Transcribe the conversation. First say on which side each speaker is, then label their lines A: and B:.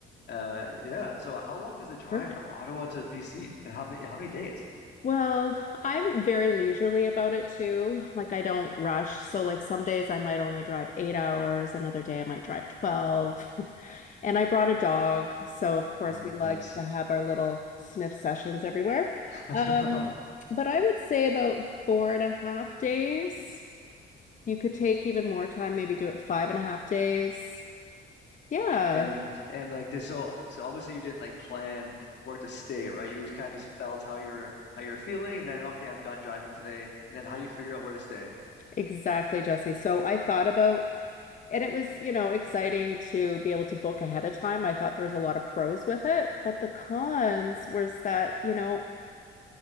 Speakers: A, on the left (about 60°); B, on the left (about 40°).
A: Uh, yeah. So how long is the drive
B: perfect.
A: from Ottawa to BC, and how many how many days?
B: Well, I'm very leisurely about it too. Like I don't rush. So like some days I might only drive eight hours, another day I might drive 12. And I brought a dog, so of course
A: Oh,
B: we like
A: nice.
B: to have our little sniff sessions everywhere.
A: <laughs>
B: Um, but I would say about four and a half days. You could take even more time, maybe do it five and a half days. Yeah,
A: And and like this, so so obviously you didn't like plan where to stay, right? You just kind of just felt how you're how you're feeling, and then okay, I'm done driving today, and then how do you figure out where to stay?
B: exactly, Jesse. So I thought about, and it was, you know, exciting to be able to book ahead of time. I thought there was a lot of pros with it, but the cons was that, you know,